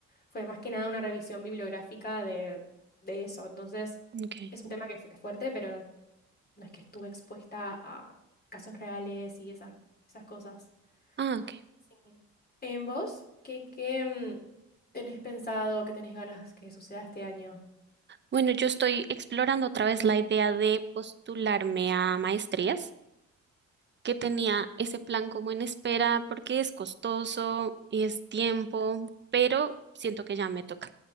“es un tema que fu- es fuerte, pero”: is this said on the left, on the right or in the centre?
Left